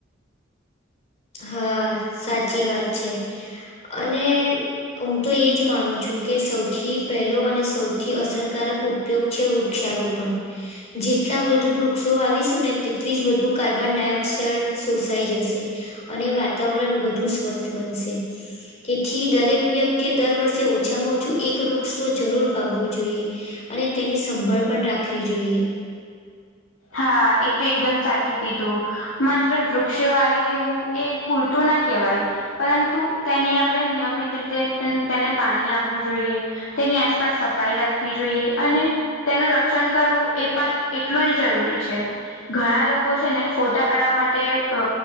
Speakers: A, on the left (about 35°); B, on the left (about 85°).
A: હા સાચી વાત છે અને હું તો એ જ માનું છું કે સૌથી પહેલો અને સૌથી અસરકારક ઉપ ઉપયોગ છે વૃક્ષારોપણ જે જેટલા વધું વૃક્ષો આવીશું ને તેટલી જ વધુ કાર્બન ડાયોક્સાઈડ શોષાઈ જશે અને વાતાવરણ વધુ સ્વસ્થ બનશે તેથી દરેક વ્યક્તિએ દર વર્ષે ઓછામાં ઓછું એક વૃક્ષ તો જરૂર વાવવું જોઈએ અને તેની સંભાળ પણ રાખવી જોઈએ.
B: હા એ તો એકદમ સાચું કીધું માત્ર વૃક્ષ વાવી દેવું એ પૂરતું ના કેવાય પરંતુ તેની આપણે નિયમિત રીતે તે તેને પાણી આપવું જોઈએ. તેની આસપાસ સફાઈ રાખવી જોઈએ અને તેનું રક્ષણ કરવું એ પણ જ એટલું જરૂરી છે. ઘણા લોકો છે, ને ફોટા પાડવા માટે અ